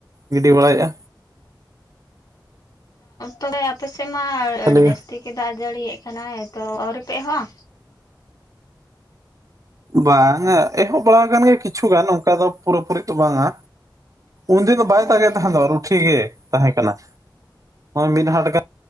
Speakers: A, on the right; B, on the left.
A: ᱜᱤᱰᱤ ᱵᱟᱲᱟᱭᱮᱫᱼᱟ
B: ᱛᱚ ᱟᱯᱮᱥᱮᱫ ᱢᱟ
A: ᱠᱷᱟᱹᱞᱤ
B: ᱟᱹᱰᱤ ᱡᱟᱹᱥᱛᱤ ᱜᱮ ᱫᱟᱜ ᱡᱟᱹᱲᱤᱭᱮᱫ ᱠᱟᱱᱟᱭ ᱛᱚ ᱟᱶᱨᱤ ᱯᱮ ᱮᱦᱚᱵᱟ
A: ᱵᱟᱝᱟ ᱮᱦᱚᱵ ᱵᱟᱲᱟ ᱟᱠᱟᱱ ᱜᱮᱭᱟ ᱠᱤᱪᱷᱩ ᱜᱟᱱ ᱚᱱᱠᱟ ᱫᱚ ᱯᱩᱨᱟᱹ ᱯᱩᱨᱤ ᱫᱚ ᱵᱟᱝᱟ ᱩᱱᱫᱤᱱ ᱫᱚ ᱵᱟᱭ ᱫᱟᱜᱮᱫ
B: ᱟᱪᱪᱷᱟ
A: ᱛᱟᱦᱮᱸ ᱫᱚ ᱨᱩᱴᱷᱤ ᱜᱮ ᱛᱟᱦᱮᱸ ᱠᱟᱱᱟ ᱱᱚᱜᱼᱚᱭ ᱢᱤᱫ ᱦᱟᱴ ᱜᱟᱱ